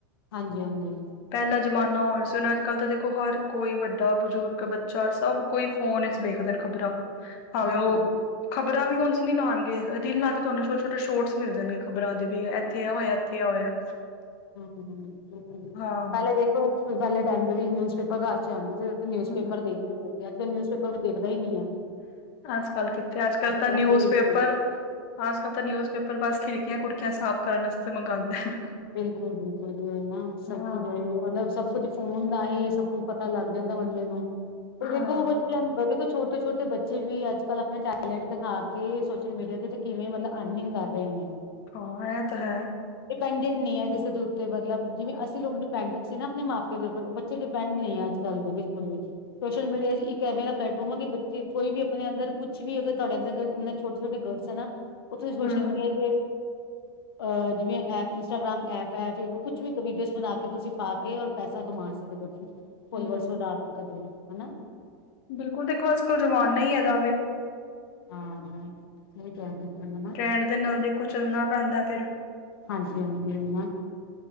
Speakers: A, on the left; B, on the left.
A: ਹਾਂਜੀ, ਹਾਂਜੀ।
B: ਪਹਿਲਾ ਜ਼ਮਾਨਾ ਔਰ ਸੀ, ਹੁਣ ਅੱਜ - ਕੱਲ ਤਾਂ ਦੇਖੋ ਹਰ ਕੋਈ ਵੱਡਾ, ਬਜ਼ੁਰਗ, ਬੱਚਾ ਸਭ। ਕੋਈ ਫੋਨ ਇਚ ਵੇਖਦੇ ਨੇ ਖ਼ਬਰਾਂ, ਭਾਵੇਂ,
A: ਬਿਲਕੁਲ।
B: ਉਹ। ਖ਼ਬਰਾਂ ਵੀ ਓਣ ਸੁ ਨੀ ਲਾਉਣਗੇ, ਰੀਲਾਂ ਤੇ ਤੁਹਾਨੂੰ ਛੋਟੇ ਛੋਟੇ ਸ਼ੋਰਟਸ ਮਿਲ ਜਾਣਗੇ, ਖ਼ਬਰਾਂ ਦੇ ਵੀ ਏਹ। ਇੱਥੇ <unintelligible> ਹੋਇਐ, ਇੱਥੇ ਆ ਹੋਇਆ
A: ਪਹਿਲੇ
B: ਹਾਂ
A: ਦੇਖੋ, ਦੂਜਾ ਆਲੇ ਟਾਈਮ ਦੇ ਵੀ ਨਿਊਜ਼ਪੇਪਰ <unintelligible> <unintelligible> ਨਿਊਜ਼
B: ਹਮ,
A: ਪੇਪਰ ਦੇਖ ਲਓ, ਅੱਜ ਤੇ ਨਿਊਜ਼ ਪੇਪਰ ਕੋ ਦੇਖਦਾ ਹੀ ਨਹੀਂ ਐ।
B: ਅਜ ਕਲ ਕਿੱਥੇ, ਅੱਜ ਕੱਲ ਤਾਂ
A: ਫੋਨ
B: ਨਿਊਜ਼
A: ਦੇ ਵਿੱਚ
B: ਪੇਪਰ।
A: ਹੀ
B: ਅਜ ਕੱਲ ਤਾਂ ਨਿਊਜ਼ ਪੇਪਰ ਬਸ ਖਿੜਕੀਆਂ ਖੁੜਕੀਆਂ ਸਾਫ਼ ਕਰਨ ਵਾਸਤੇ ਮੰਗਵਾਉਂਦੇ ਹਨ।
A: ਬਿਲਕੁਲ, ਬਿਲਕੁਲ ਵੀ ਉਇ ਨਾ, ਸਭ
B: ਹਾਂ
A: ਕੁਛ ਹੋਏ ਮਤਲਬ ਸਭ ਕੁਛ। ਫੋਨ ਦਾ ਹੀ ਸਭ ਕੁੱਝ ਪਤਾ ਲੱਗ ਜਾਂਦਾ ਬੰਦੇ ਨੂੰ, ਪਰ
B: ਹਾਂ
A: ਦੇਖੋ ਬੱਚਿਆਂ ਨੂੰ ਵਧੀਆ ਛੋਟੇ-ਛੋਟੇ ਬੱਚੇ ਵੀ ਅੱਜ-ਕੱਲ੍ਹ ਆਪਣਾ ਟੈਲੈਂਟ ਦਿਖਾ ਕੇ ਸੋਸ਼ਲ ਮੀਡੀਆ ਦੇ ਤੇ ਕਿਵੇਂ ਮਤਲਬ ਅਰਨਿੰਗ ਕਰ ਰਹੇ ਨੇ।
B: ਹਾਂ ਇਹ ਤਾਂ ਹੈ।
A: ਡਿਪੈਂਡੈਂਟ ਨਈਂ ਏ ਕਿਸੇ ਦੇ ਉੱਤੇ ਮਤਲਬ ਜਿਵੇਂ ਅਸੀਂ ਲੋਕ ਡਿਪੈਂਡੈਂਟ ਸੀ ਨਾ ਆਪਣੇ ਮਾਪੇ ਦੇ ਉੱਪਰ ਬ ਚੇ ਡਿਪੈਂਡ ਨਈਂ ਏ ਅੱਜ-ਕੱਲ ਦੇ ਬਿਲਕੁਲ ਵੀ। ਸੋਸ਼ਲ ਮੀਡੀਆ ਚ ਇੱਕ ਇਹੋ ਜਿਹਾ ਪਲੇਟਫਾਰਮ ਆ ਕਿ ਬੱਚੇ ਕੋਈ ਵੀ ਆਪਣੇ ਅੰਦਰ ਕੁਛ ਵੀ ਅਗਰ ਤੁਹਾਡੇ ਅੰਦਰ ਛੋਟੇ-ਛੋਟੇ ਗਰਡਸ ਐ ਨਾ ਉੱਥੇ ਸੋਸ਼ਲ
B: ਹਮ
A: ਮੀਡੀਆ ਤੇ ਅ ਜਿਵੇਂ ਏਪ ਇੰਸਟਾਗ੍ਰਾਮ ਐਪ ਐ ਕੁਛ ਵੀ ਵੀਡੀਓਸ ਬਣਾ ਕੇ ਤੁਸੀਂ ਪਾਕੇ ਔਰ ਪੈਸਾ ਕਮਾ ਸਕਦੇ ਉੱਥੇ ਫੁਲਵਰਸ
B: ਹਮ
A: ਵਧਾ ਸਕਦੇ ਔ ਹਨਾਂ।
B: ਬਿਲਕੁਲ ਦੇਖੋ ਅੱਜ-ਕੱਲ ਜਮਾਨਾ ਈ ਇਦਾ ਵੇ।
A: ਹਾਂ ਹਾਂ ਸਹੀ ਕਿਆ ਬਿਲਕੁਲ ਮ
B: ਟ੍ਰੈੰਡ ਦੇ ਨਾਲ ਦੇਖੋ ਚੱਲਣਾ ਪੈਂਦਾ ਫੇਰ
A: ਹਾਂਜੀ ਹਾਂਜੀ, ਉਹੀ ਨਾਂ